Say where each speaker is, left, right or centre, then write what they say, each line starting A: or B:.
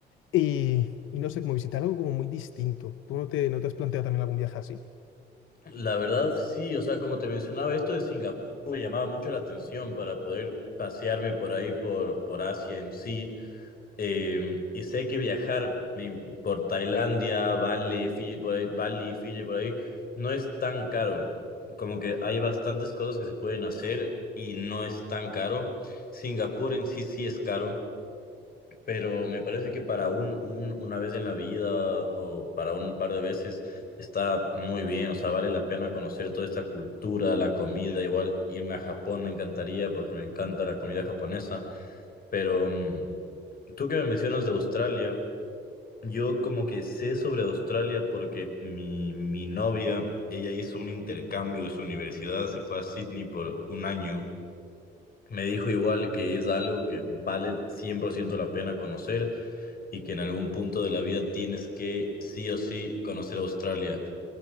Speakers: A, on the left; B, on the left.
A: Y, y no sé, como visitar algo como muy distinto. ¿Tú no te, no te has planteado también algún viaje así?
B: La verdad, sí, o sea, como te mencionaba, esto de Singapur me llamaba mucho la atención para poder pasearme por ahí, por, por Asia en sí. Eh, y sé que viajar mi- por Tailandia, Bali, Fiji, por ahí, Bali, Fiji, por ahí, no es tan caro. Como que hay bastantes cosas que se pueden hacer y no es tan caro. Singapur en sí sí es caro. Pero me parece que para un, un- una vez en la vida o para un par de veces está muy bien, o sea, vale la pena conocer toda esta cultura, la comida, igual irme a Japón me encantaría porque me encanta la comida japonesa, pero mm, tú que me mencionas de Australia, yo como que sé sobre Australia porque mi, mi novia, ella hizo un intercambio de su universidad, se fue a Sydney por un año, me dijo igual que es algo que vale 100% la pena conocer y que en algún punto de la vida tienes que sí o sí conocer Australia.